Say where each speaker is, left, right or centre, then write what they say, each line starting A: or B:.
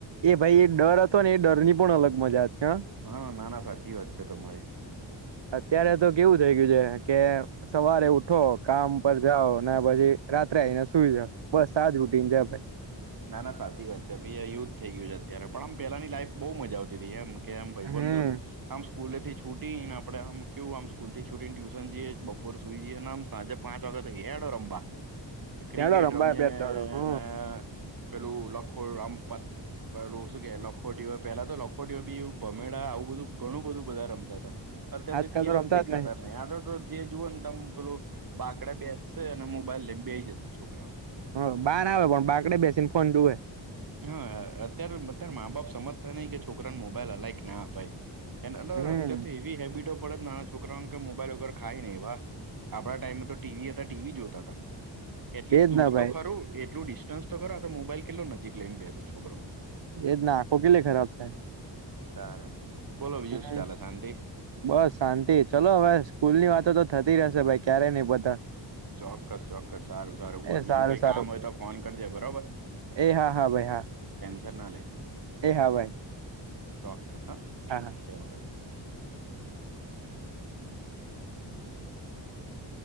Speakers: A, on the right; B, on the right.
A: એ ભાઈ એ ડર હતો ને એ ડર ની પણ અલગ મજા હતી.
B: હા નાના સાચી વાત છે તમારી.
A: અત્યારે તો કેવું થઇ ગયું છે કે સવારે ઉઠો કામ પર જાઓ ને પછી રાત્રે આવીઈને સુઈ જાાવ બસ આજ રૂટીિન છે ભાઈ
B: ના ના સાચી વાત છે ભી યુથ થઈ ગયું છે અત્યારે પણ આમ પેલાની લાઈફ બહ મજા આવતી હતી એમ કે એમ ભાઈ ભાયબદો
A: હમ
B: આમ સ્કૂલે થી છૂટી ને આપડે આમ કેવું આમ સ્કૂલ છૂટી ને ટ્યુશન જઈએ બપોર સુઈ જઈએ અને આમ સાંજે પાંચ વાગત હડ રબા ક્રિકેટ
A: ચાલો રમવા
B: રમ્યા
A: બે દડો હ
B: ને પેલું લાખોર આમપત પપેલુ શું કે લખોટીઓ પેલા તો લખોટીઓ બી ભમેળા આવું બધું ઘણું બધું બધા રમતા હતા. અત્યારે
A: આજકાલ
B: તો ખેલો
A: રમતા
B: દેખાતા
A: જ
B: નહી આ જે જુઓ ને તમ પેલું બાકડાે બેસશે અને મોબાઈલ લેમ બેઈ જશે છોકરાઓ.
A: હ બાર આવે પણ બાકડે બેસી ને ફોન જુવે
B: હા અત્યારે અત્યારે મા બાપ સમજતા નઈ કે છોકરાને મોબાઈલ અલાયક ના અપાય એને એ
A: હમ
B: અત્યારે તો એવી હેબિટો પડ નાના છોકરા કે મોબાઈલ વગર ખાય ને એવા આપણા ટાઈમેમાં તો ટીવી હતા ટીવી જોતા હતા. એટલીસ્ટ
A: એજ
B: દૂર
A: ના ભાઈ
B: તો ખરું એટલું ડિસ્ટન્સ તો ખરો તો મોબાઈલ કેટલો નજીક લઈ ને બેસે છોકરો
A: એજ નાખો કેટલે ખરાબ થાય.
B: તારે બોલો બીજું
A: હમ
B: શું ચાલે શાંતિ.
A: બસ શાંતિ ચાલલો હવે સ્કૂલ ની વાતો તો થતી રહેશે ભાઈ ક્યારે નઈ પોતા.
B: ચોક્કસ ચોક્કસ સારું સારું બોલ
A: એ
B: બીજું
A: સારું
B: કઈ
A: સારું
B: કામ હોય તો ફોન કરજે બરોબર.
A: એ હા હા ભાઈ હા.
B: જર્નાલીસ
A: એ હા ભાઈ.
B: ચોક્કસ હ
A: હા હા
B: જય માતાજી. <inaudible>